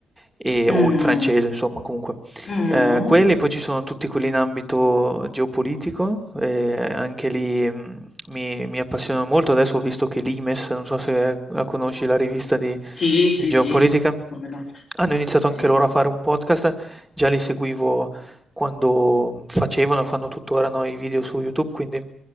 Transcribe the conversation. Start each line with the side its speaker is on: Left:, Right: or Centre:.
Centre: e
Left: Mm.
Centre: o in francese, insomma comunque.
Left: Mm.
Centre: Ehm, quelli, poi ci sono tutti quelli in ambito geopolitico, ehm, anche lì, mhmm mi, mi appassionano molto. Adesso ho visto che l'IMES, non so se la conosci, la rivista di
Left: Sì, sì,
Centre: di geopolitica,
Left: sì, come no.
Centre: hanno iniziato
Left: Sì.
Centre: anche loro a fare un podcast. Già li seguivo quando facevano, fanno tuttora no, i video su YouTube, quindi